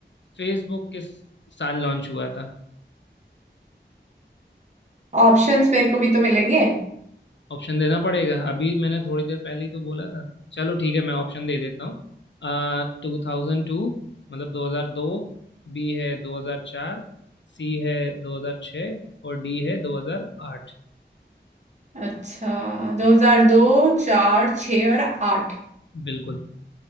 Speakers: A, on the left; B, on the right.
A: फेसबुक किस साल लॉन्च हुआ था
B: ऑप्शंस मेरे को भी तो मिलेंगे
A: ऑप्शन देना पड़ेगा अभी मैंने थोड़ी देर पहले ही तो बोला था चलो ठीक है मैं ऑप्शन दे देता हूँ टू थाउजेंड टू मतलब दो हजार दो बी है दो हजार चार सी है दो हजार छः और डी है दो हजार आठ
B: अच्छा दो हजार दो चार छ और आठ
A: बिल्कुल